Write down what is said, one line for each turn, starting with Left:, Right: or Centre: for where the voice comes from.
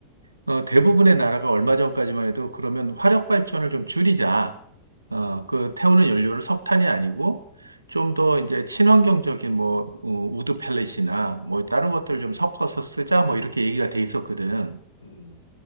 Right: 어, 대부분의 나라가 얼마 전까지만 해도 그러면 화력 발전을 좀 줄이자. 어,
Left: 음.
Right: 그 태우는 연료를 석탄이 아니고 좀 더 이제 친환경적인 뭐 어, 우드 펠렛이나 뭐 다른
Left: 음.
Right: 것들 좀 섞어서 쓰자 뭐 이렇게 얘기가 돼 있었거든.
Left: 음. 음.